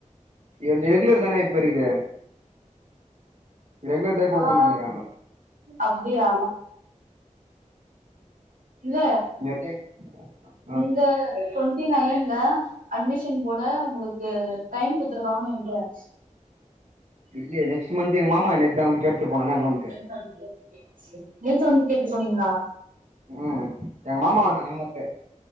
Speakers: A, on the right; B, on the right.
A: என்ந்து எகுலர் தான இப்போ இருக்குது ரெகுலர் தா இப்ப ஓப்பன்
B: ஆ
A: பண்ணிக்கிறாங்க
B: அப்டியா இல்ல
A: நேத்தே ஆ
B: இந்த டொண்ட்டி நெயன்ல அட்மிஷன் போட உங்குளுக்கு டைம் குடுத்துருக்காங்கன்னு நெனைக்குறே
A: இல்லியே நெக்ஸ்ட்டு மந்த்து ஏ மாமா நேத்துதா வந்து கேட்டு போனாங்க அங்க வன்ட்டு
B: <unintelligible> நேத்து வந்து கேட்டு போனீங்களா
A: ம் எங்க மாமா வந்தானே நேத்து